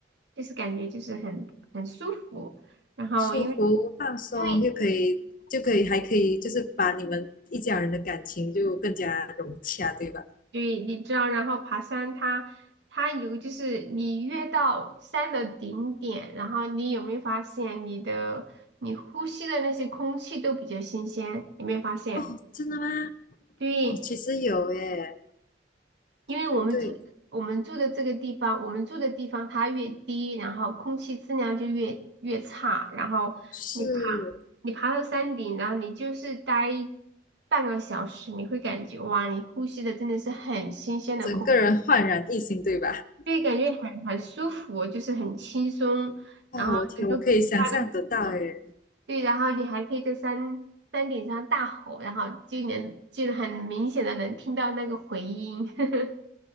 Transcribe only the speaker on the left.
舒服、放松，
又可以就可以还可以，就是把你们一家人的感情就更加融洽，对吧？
哦，真的吗？
哦，其实有耶，
对对对，
是
整个人焕然一新，对吧？
哦，
我天，我可以想象得到耶。